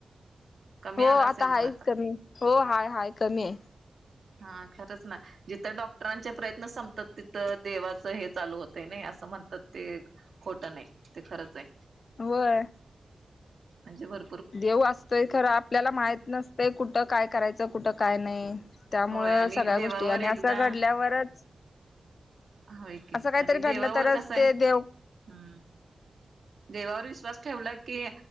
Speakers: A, on the right; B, on the left.
A: कमी
B: हो
A: आला असेल
B: आता
A: मग
B: आहेच कमी हो, हाय-हाय कमी आहे.
A: हा, खरंच ना जिथं डॉक्टरांचे प्रयत्न संपतात. तिथं देवाचं हे चालू होतय नाही. असं म्हणतात ते खोटं नाही ते खरंच आहे.
B: होय.
A: म्हणजे भर
B: देव असतोय खरं आपल्याला माहत नसतंय कुठ काय करायचं कुठं काय नाही. त्यामुळं
A: होय आणि
B: सगळ्या
A: देवावर
B: गोष्टी आणि
A: एकदा
B: असं घडल्यावरच
A: होय की
B: असं काहीतरी
A: आणि
B: घडलं
A: देवावर
B: तरच
A: कसं आहे
B: ते देव
A: हम्म. देवावर विश्वास ठेवला की